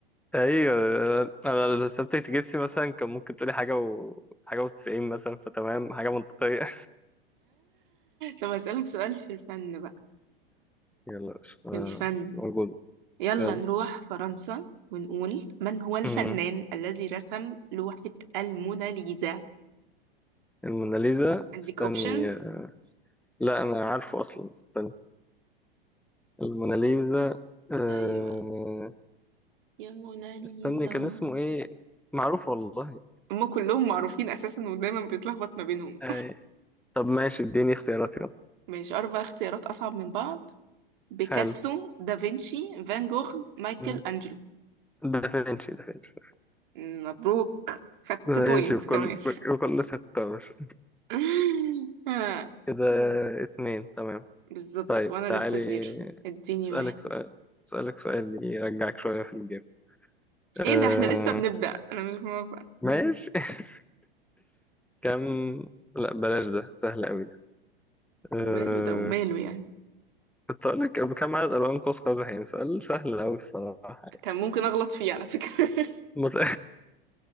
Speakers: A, in the centre; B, on the right.
A: أيوة أنا لو سبتك تجسي مثلا كان ممكن تقولي حاجة و حاجة وتسعين مثلا فتمام حاجة منطقية
B: طب هسألك سؤال في الفن بقى
A: <laughs> يلا مش آه،
B: في الفن
A: موجود
B: يلا
A: يلا
B: نروح فرنسا ونقول من هو الفنان
A: مم.
B: الذي رسم لوحة الموناليزا
A: الموناليزا
B: عندك
A: استني
B: اوبشنز
A: لا أنا عارفه أصلا استني الموناليزا آه...
B: ايوه يا موناليزا
A: استني كان اسمه ايه معروف والله
B: هما كلهم معروفين اساسا ودايما بيتلخبط ما بينهم
A: آه... طب ماشي اديني اختيارات يلا
B: ماشي اربع اختيارات اصعب من بعض بيكاسو
A: حلو
B: دافنشي فان جوخ مايكل
A: مم.
B: انجلو
A: دافنشي دافنشي
B: مبروك خدت
A: دافنشي
B: بوينت
A: بكل
B: كمان
A: بكل ثقة مش
B: <laughs> آه،
A: كده اتنين تمام
B: بالظبط
A: طيب
B: وانا
A: تعالي
B: لسه زيرو اديني
A: اسألك
B: واحد
A: سؤال اسألك سؤال يرجعك شوية في الجيم آه...
B: ايه ده احنا لسه بنبدأ انا مش موافقة
A: ماشي <laughs> كم لا بلاش ده سهل قوي ده آه...
B: وماله ده وماله يعني
A: كنت أقول لك كم عدد ألوان قوس قزح يعني سؤال سهل أوي الصراحة
B: كان ممكن اغلط فيه على فكرة <laughs>
A: مت...